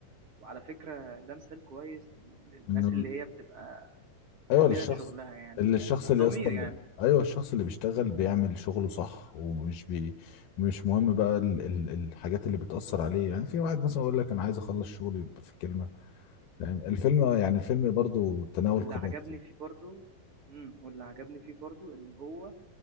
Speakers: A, on the right (about 45°); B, on the left (about 80°).
A: وعلى فكرة ده مثال كويس للناس
B: انه ال-
A: اللي هي بتبقى
B: ايوه
A: آمنة
B: الشخص
A: في شغلها يعني
B: اللي
A: فاهم
B: الشخص
A: ضمير
B: اللي يسطا
A: يعني
B: ايوه الشخص اللي بيشتغل بيعمل شغله صح ومش بي مش مهم بقى ال... ال... الحاجات اللي بتأثر عليه يعني في واحد مثلا يقول لك انا عايز اخلص شغلي في كلمة فاهم الفيلم يعني الفيلم برضو تناول
A: واللي
B: قضايا
A: عجبني
B: كتير
A: فيه برضو امم واللي عجبني فيه برضو ان هو